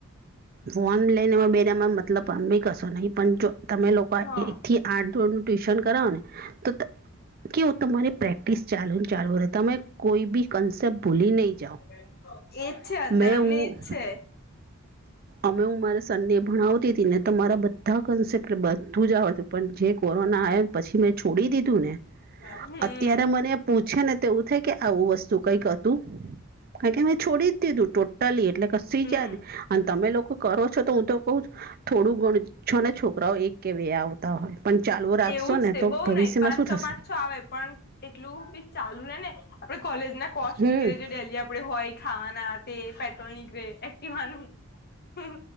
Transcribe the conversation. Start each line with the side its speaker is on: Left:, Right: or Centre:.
Right: ફોન લઈનેમાં, બેમાં મતલબ ભી કશો નહી પણ જો. તમે લોકો
Left: હા
Right: એકથી આઠ ધોરણનું ટ્યુશન કરાવો ને, તો કેવું તમારે પ્રેક સ ચાલુ ને, ચાલવું તમે કોઈ બી કન્સેપ્ટ. ભૂલી નહીં જાઓ
Left: એ જ છે, અત્યારે
Right: મેં હું
Left: અમને જ છે.
Right: અમે હું મારે સંડે ભણાવતી હતી ને, તમારા બધા કન્સેપ્ટ બધું જ આવતું. પણ જે કોરોના આવ્યો ને, પછી મેં છોડી દીધું ને.
Left: હમ
Right: અત્યારે મને પૂછે ને, તેવું થાય કે, આવું વસ્તુ કંઈક કાર કે મેં, છોડી જ દીધું ટોટલી, એટલે કસી
Left: હમ
Right: જયાદ. અને તમે લોકો કરો છો તો હું તો કઉ જ થોડું ઘણું છો ને છોકરાઓ એક કે બે આવતા હોય <unintelligible>
Left: એવું જ
Right: ને
Left: તે
Right: તો
Left: બહુ
Right: ભવિષ્યમાં
Left: નહિ પાંચ
Right: શું
Left: છ
Right: થશે
Left: પાંચ છો આવે પણ એટલું બી ચાલુ રે ને આપડે કોલેજ ના કોર્સ
Right: હમ
Left: નીકળે ડેલી આપડે હોય. ખાવાના તે પેટ્રોલ નીકળે એકટીવા નું